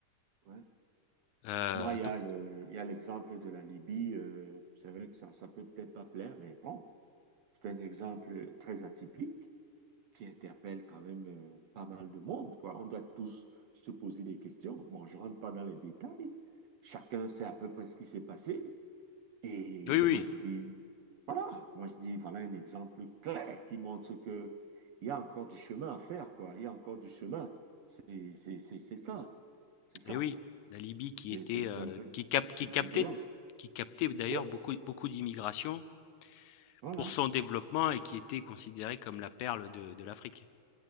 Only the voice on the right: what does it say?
ouais.
Moi, il
y a le- il y a l'exemple de la Libye. euh, c'est vrai que ça, ça peut peut-être pas plaire, mais bon, c'est un exemple très atypique. qui interpelle quand même euh, pas mal de monde, quoi. On doit tous se poser des questions. Bon, je rentre pas dans les détails. Chacun sait à peu près ce qui s'est passé. Et
moi, je dis, voilà, moi, je dis, voilà un exemple clair qui montre que il y a encore du chemin à faire, quoi. Il y a encore du chemin. C'est, c'est, c'est, c'est ça. C'est ça.
C'est,
c'est, c'est
un peu,
c'est
c'est
désolant.
Oui,
voilà.